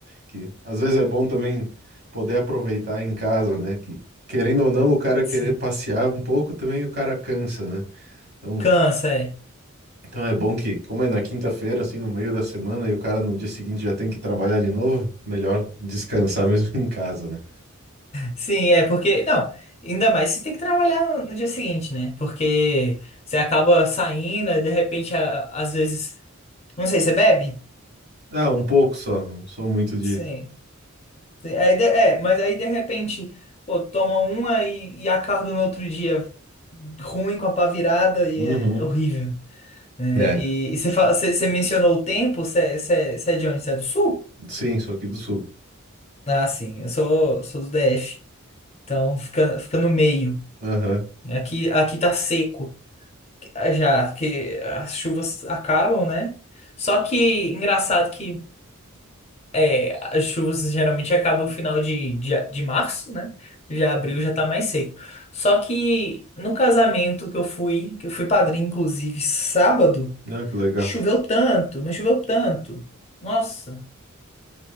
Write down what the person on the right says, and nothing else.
Que às vezes é bom também poder aproveitar em casa, né? Que querendo ou não, o cara querer
passear um pouco também o cara cansa, né? Então,
fica-
então é bom que, como é na quinta-feira, assim, no meio da semana, e o cara no dia seguinte já tem que trabalhar de novo, melhor descansar mesmo <laughs> em casa, né?
Ah, um pouco só, não sou muito de.
Uhum.
É,
sim, sou aqui do sul.
Aham.
Ah, que legal.